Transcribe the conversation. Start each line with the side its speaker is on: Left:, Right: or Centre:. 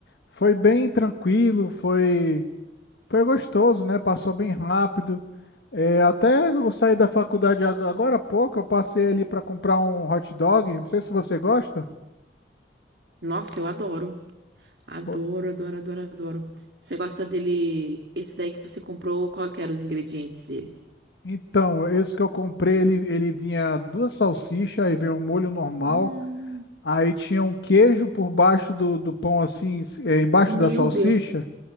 Left: foi bem tranquilo, foi, foi gostoso, né? Passou bem rápido. É, até eu saí da faculdade ag- agora há pouco, eu passei ali para comprar um hot dog, não sei se você gosta.
Right: Nossa, eu adoro. Adoro,
Left: Pô,
Right: adoro, adoro, adoro. Você gosta dele? Esse daí que você comprou, qual que eram os ingredientes dele?
Left: Então, esse que eu comprei, ele, ele vinha duas salsichas, aí veio um molho normal.
Right: Hum,
Left: Aí tinha um queijo por baixo do, do pão, assim, é, embaixo
Right: meu
Left: da salsicha.
Right: Deus.